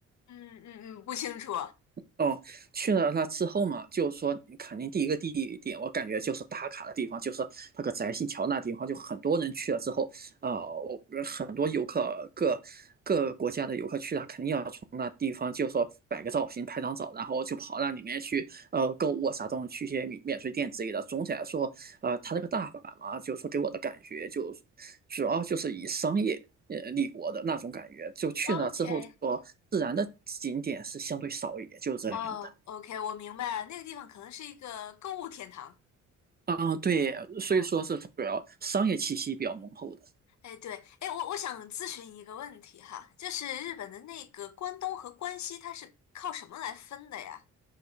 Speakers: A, on the left; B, on the right.
A: 嗯嗯嗯，不清楚。
B: 哦，去了那之后嘛，就是说肯定第一个地点，我感觉就是打卡的地方，就是那个宅心桥那地方，就很多人去了之后，呃，我很多游客各各国家的游客去了，肯定要从那地方就说摆个造型、拍张照，然后就跑到里面去，呃，购物啊啥东西，去一些免免税店之类的。总体来说，呃，它这个大阪嘛，就是说给我的感觉就主要就是以商业呃立国的那种感觉，就去了之后就说自然的景点是相对少一点，
A: OK，
B: 就是这样的。
A: 哦，OK，我明白了，那个地方可能是一个购物天堂，
B: 啊、对，所以说是主要商业气息比较浓厚的。
A: 是吧？哎，对，哎，我我想咨询一个问题哈，就是日本的那个关东和关西，它是靠什么来分的呀